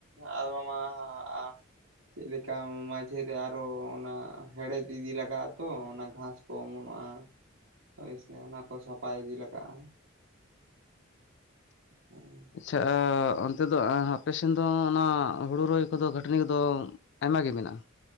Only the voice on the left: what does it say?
ᱟᱪᱪᱷᱟ ᱟ ᱚᱱ ᱛᱮᱫᱚ ᱟᱸ ᱟᱯᱮ ᱥᱮᱱ ᱫᱚ ᱚᱱᱟ ᱦᱩᱲᱩ ᱨᱚᱦᱚᱭ ᱠᱚᱫᱚ ᱠᱷᱟᱹᱴᱱᱤ ᱠᱚᱫᱚ ᱟᱭᱢᱟ ᱜᱮ ᱢᱮᱱᱟᱜ-ᱟ